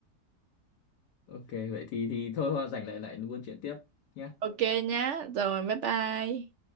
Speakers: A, on the left; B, on the right.
A: ok vậy thì thì thôi hoa rảnh lại lại buôn chuyện tiếp nhá
B: Ok nhá. Rồi bye bye.